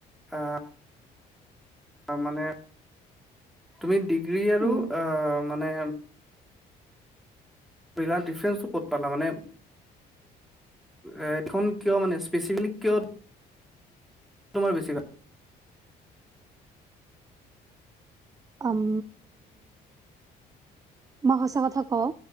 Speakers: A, in the centre; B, on the right.
A: আঁহ, মানে তুমি ডিগ্ৰী আৰু
B: উম,
A: আ মানে পেৰা ডিফাৰেন্ঞ্চটো ক'ত পালা মানে। এ ধন কিয় মানে স্পেচিফিলি কিয়? তোমাৰ বেছি ভাল।
B: উম, মই সঁচা কথা কওঁ